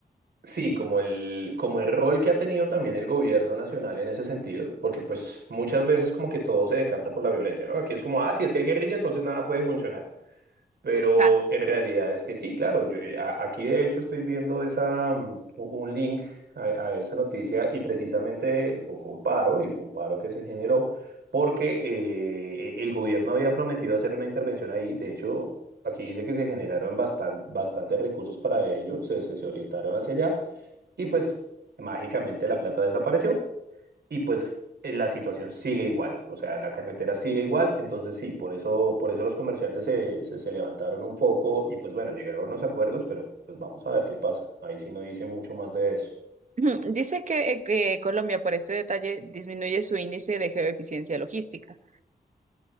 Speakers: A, on the right (about 75°); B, on the right (about 45°).
A: sí, como el, como el rol que ha tenido también el gobierno nacional en ese sentido, porque pues muchas veces como que todo se decanta por la violencia, ¿no? Aquí es como, ah, si es que hay guerrilla, entonces nada puede funcionar. Pero
B: Ajá.
A: en realidad es que sí, claro, yo, eh, a- aquí de hecho estoy viendo esa, mm, u- un link a, a esa noticia y precisamente fue, fue un paro y fue un paro que se generó porque eh, e- el gobierno había prometido hacer una intervención ahí. De hecho, aquí dice que se generaron bastan- bastantes recursos para ello, se, se, se orientaron hacia allá y pues mágicamente la plata desapareció y pues eh, la situación sigue igual, o sea, la carretera sigue igual, entonces sí, por eso, por eso los comerciantes se, se, se levantaron un poco y pues bueno, llegaron a unos acuerdos, pero pues vamos a ver qué pasa. Ahí sí no dice mucho más de eso.
B: Ujú. Dice que, eh, que Colombia por este detalle disminuye su índice de geoeficiencia logística.